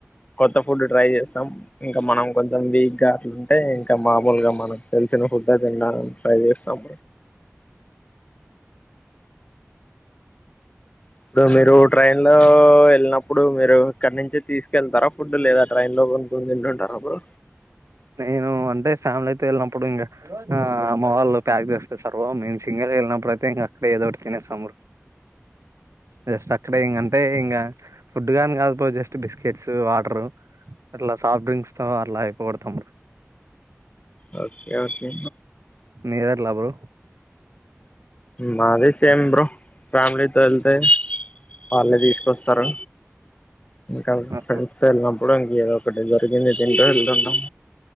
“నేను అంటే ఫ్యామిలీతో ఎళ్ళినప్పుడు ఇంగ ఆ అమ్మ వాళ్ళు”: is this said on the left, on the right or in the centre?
Right